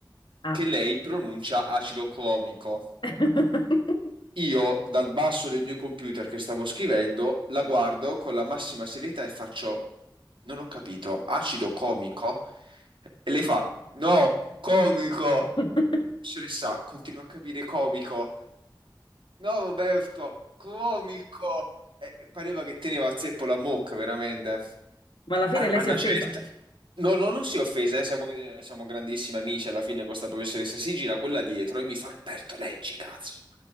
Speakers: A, on the left; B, on the right.
A: ah.
B: che lei pronuncia acido clomico.
A: <laughs>
B: Io, dal basso del mio computer che stavo scrivendo, la guardo con la massima serietà e faccio, non ho capito, acido comico? E lei fa, no, comico!
A: <laughs>
B: Professoressa, continuo a capire comico. No, Roberto, comico! Eh, pareva che teneva a zeppo la mucca, veramente.
A: Ma alla fine
B: A,
A: lei
B: a
A: si
B: una
A: è offesa.
B: certa. No, no, non si è offesa, eh, Siamo, eh, siamo grandissimi amici. Alla fine, questa professoressa si gira quella dietro e mi fa: Roberto, leggi, cazzo.